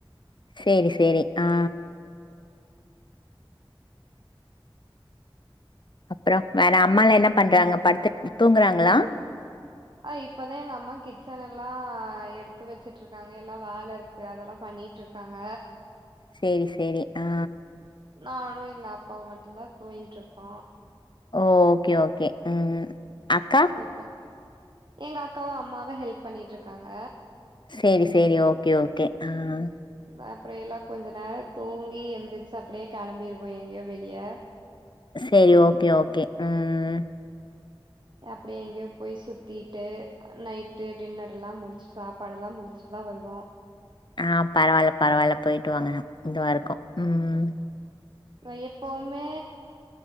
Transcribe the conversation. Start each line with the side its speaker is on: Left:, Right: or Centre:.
Left: சேரி சேரி ஆ அப்புறம் வேற அம்மால என்ன பண்றாங்க படுத்துட்டு தூங்குறாங்களா
Right: ஆ இப்பதா எங்கம்மா கிச்சன் எல்லா எடுத்து வச்சுட்டு இருக்காங்க எல்லா வேலை இருக்கு க்கு அதெல்லா பண்ணிட்டு இருக்காங்க
Left: செரி செரி ஆ
Right: நானு எங்க அப்பாவும் மட்டுந்தா தூங்கிட்ருக்கோ
Left: ஓ ஓகே ஓகே உம் அக்கா
Right: இப்போ எங்க அக்காவு அம்மாவு ஹெல்ப் பண்ணிட்ருக்காங்க
Left: சேரி சேரி ஓகே ஓகே உம்
Right: <unintelligible> அப்புற எல்லா கொஞ்சோ நேரோ தூங்கி எந்திரிச்சு அப்டியே கிளம்பிருவோ எங்கேயோ வெளியே
Left: செரி ஓகே ஓகே உம்
Right: அப்டியே எங்கேயோ போய் சுத்திட்டு நைட்டு டின்னர் எல்லா முடிச்ட்டு சாப்பாடு எல்லா முடிச்சுட்டு தா வருவோ
Left: ஆ பரவால்ல பரவால்ல போயிட்டு வாங்க இதுவா இருக்கு உம்
Right: நா எப்பவுமே